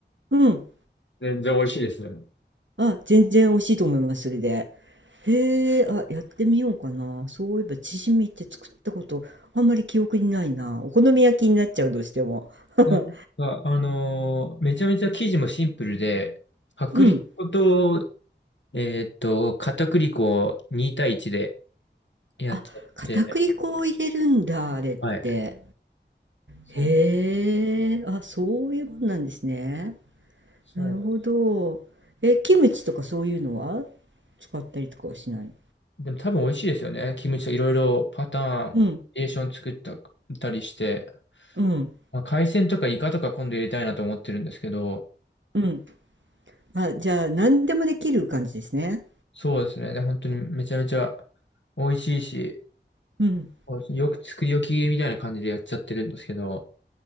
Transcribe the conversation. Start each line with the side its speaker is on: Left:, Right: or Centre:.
Right: うん
Left: 全然美味しいですね。
Right: あ、全然美味しいと思います、それで。へえ、あ、やってみようかな。そういえば、チヂミって作ったこと、あんまり記憶にないな。お好み焼きになっちゃう、どうしても。<laughs>
Left: でも、ああのーめちゃめちゃ生地もシンプルで、薄力粉と、
Right: うん。
Left: えーっと、片栗粉を2対1でやっちゃって、
Right: あ、片栗粉を入れるんだ、あれって。
Left: はい。そうなん。
Right: へえ、あ、そういうもんなんですね。
Left: そうなん。
Right: なるほど。え、キムチとかそういうのは使ったりとかはしない。
Left: でも多分美味しいですよね。キムチといろいろパターン、バリエーション作ったたりして。
Right: うん、うん、
Left: まあ、海鮮とかイカとか今度入れたいなと思ってるんですけど、
Right: うん。あ、じゃあ、何でもできる感じですね。
Left: そうですね。で本当にめちゃめちゃ美味しいし、
Right: うん。
Left: そうですねよく作り置きみたいな感じでやっちゃってるんですけど、